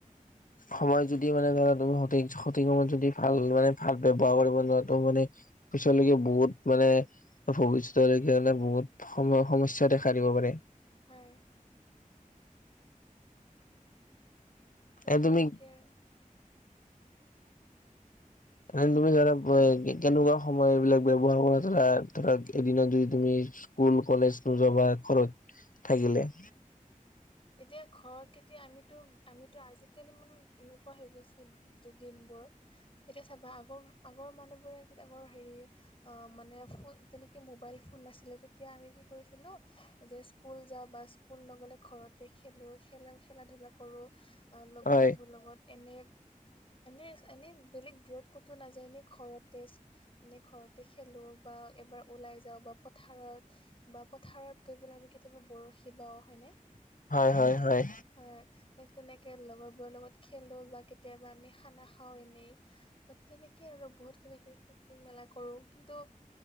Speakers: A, on the left (about 70°); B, on the left (about 40°).
A: সময় যদি মানে ধৰা তুমি সঠিক সঠিক সময়ত যদি ভাল মানে ভাল ব্যৱহাৰ কৰিব নোৱাৰা ত মানে পিছলৈকে বহুত মানে ভৱিছ ট লৈকে মানে বহুত সম সমস্যা দেখা দিব পাৰে
B: হয় ঠিক
A: এ
B: তেনেকৈ
A: তুমি -
B: আৰু <unintelligible>
A: এনেই তুমি ধৰা কেনেকুৱা সময় এইবিলাক ব্যৱহাৰ কৰা ধৰা ধৰাক এদিনত যদি তুমি - স্কুল কলেজ নোযোৱা বা ঘৰত থাকিলে?
B: এতিয়া ঘৰ কেতিয়া আমিতো আমিতো আজিকালি মানে এনেকুৱা হৈ গৈছে - যে দিনবোৰ, এতিয়া চাবা আগৰ আগৰ মানুহ বোৰে আগৰ হেৰিয়ে - মানে ফো যেনেকে মোবাইল ফোন নাছিলে তেতিয়া আমি কি কৰিছিলোঁ যে স্কুল যাওঁ বা - স্কুল নগ'লে ঘৰতে খেলোঁ খেলা খেলা-ধূলা কৰোঁ অ লগ-বন্ধুৰ
A: হয়
B: লগত। এনে এনেই এনেই বেলেগ দূৰত ক'তো নাযায় এনেই ঘৰতে - এনেই ঘৰতে খেলোঁ বা এবাৰ ওলাই যাওঁ বা পথাৰত - বা পথাৰত গৈ পেলাই আমি কেতিয়াবা বৰশী বাও হয়নে?
A: হয় হয় হয়।
B: হয় তেনেকে লগৰবোৰৰ লগত খেলোঁ বা কেতিয়াবা আমি খানা খাওঁ এনেই - তাত তেনেকেই আৰু বহুত কিবা কিবি ফুৰ্তি মেলা কৰো, কিন্তু -